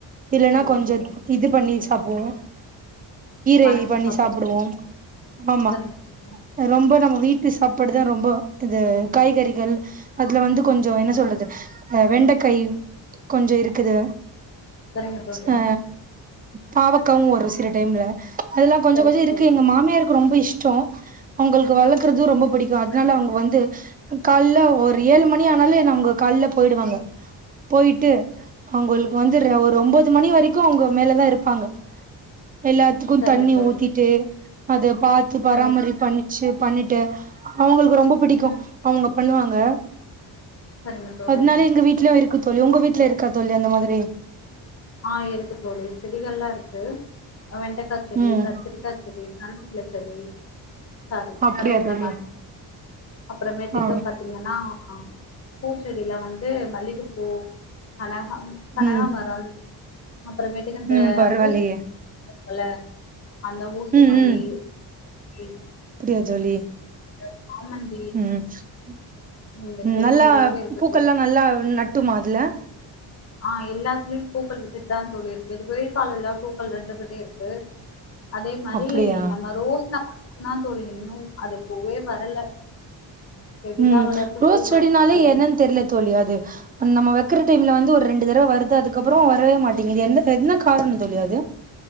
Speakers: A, on the right; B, on the left.
A: இல்லன்னா
B: சரிங்க
A: கொஞ்சோ
B: தோழி
A: இது பண்ணி சாப்டுவோ கீரை
B: வணக்கி
A: பண்ணி
B: சாப்டுங்க
A: சாப்புடுவோம் ஆமா
B: சரிங்க தோழி
A: அ ரொம்ப நம்ம வீட்டு சாப்பாடு தா ரொம்ப இது காய்கறிகள் அதுல வந்து கொஞ்சோ என்ன சொல்றது அ வெண்டைக்கை கொஞ்சோ இருக்குது
B: சரிங்க தோழி
A: ஆ பாவக்காவு ஒரு சில டைம்ல அதெல்லா கொஞ்சோ
B: சரிங்க
A: கொஞ்சோ இருக்கு
B: தோழி
A: எங்க மாமியாருக்கு ரொம்ப இஷ்டோ அவங்களுக்கு வளக்கறது ரொம்ப பிடிக்கோ அதனால
B: சரி
A: அவங்க வந்து கால்ல ஒரு ஏழு மணி ஆனாலே நா அவங்க கால்ல போயிடுவாங்க போயிட்டு அவங்களுக்கு வந்து ஒரு ஒம்போது மணி வரைக்கு அவங்க மேலதா இருப்பாங்க எல்லா த்துக்கு
B: சரிங்க
A: தண்ணி
B: தோழி
A: ஊத்திட்டு அத பாத்து பராமரிப்பு
B: ம்
A: பண்ணி ச்சு பண்ணிட்டு அவங்களுக்கு ரொம்ப பிடிக்கு
B: ம்
A: அவங்க பண்ணுவாங்க
B: சரிங்க தோழி
A: அதனால எங்க வீட்லயு இருக்கு தோழி உங்க வீட்டுல இருக்கா தோழி அந்த மாதிரி
B: ஆ இருக்கு தோழி செடிகள்லா இருக்கு அ வெண்டைக்கா செடி
A: ம்
B: கத்திரிக்கா செடி க <unintelligible> செடி சாரி
A: அப்டியா
B: கறிவேப்பில
A: தோழி
B: மரோ அப்புறமேட்டுக்க
A: ஆ
B: பாத்தி என்னனா பூச்செடியில வந்து மல்லிகைப்பூ கனகாம் கனகாபரம்
A: ம்
B: அப்புறமேட்டுக்கு இந்த
A: ம் பரவாயில்லையே
B: ஊசி <inaudible> இருக்குல்ல அந்த ஊசி
A: ம்
B: மல்லி
A: ம்
B: லி
A: அப்டியா தோழி
B: <unintelligible>
A: ம் ம்
B: இந்த செடி
A: நல்லா
B: ஃபுல்லாவே இருக்கு
A: பூக்கள்லா
B: தோழி
A: நல்லா நட்டுமா அதுல
B: ஆ எல்லாத்துலியு பூக்கள் விட்டுட்டுதா தோழி இருக்கு இது வெயில் காலல்ல பூக்கள் ரெண்டு கட்டயு இருக்கு அதே மாரி
A: அப்டியா
B: நம்ம ரோஸ்ல மட்டுதா தோழி இன்னு அதுப்பூவே வரல செடிதா
A: ம்
B: வளருது
A: ரோஸ்
B: பூ
A: செடினாலே
B: வரு அது
A: என்னன்னு
B: என்
A: தெரில தோழி அது அது நம்ம வக்கிற டைம்ல வந்து ஒரு ரெண்டு தடவ வருது அதுக்கப்புறோ வரவே மாட்டேங்கிது எந்த என்ன காரணோ தோழி அது